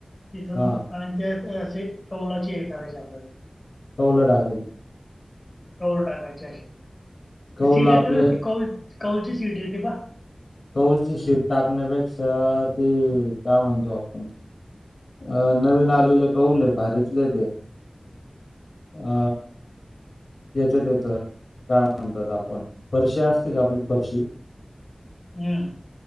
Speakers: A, on the left (about 45°); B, on the left (about 85°).
A: तिथून.
B: हां.
A: आणि ते अशी कौलाची हीर करायची आपल्याला.
B: कौल डाल.
A: कौल टाकायची अशी,
B: कौल
A: ती सीट
B: आपले
A: येतं ना ती कौ कौलची सीट येते ना?
B: कौलची शीट टाकण्यापेक्षा ती काय म्हणतो आपण. अ नवीन आलेले कौले हे भारीतले हे ते. अ याच्यात येत काय म्हणतात आपण फरशी असते का आपली फरशी
A: हम्म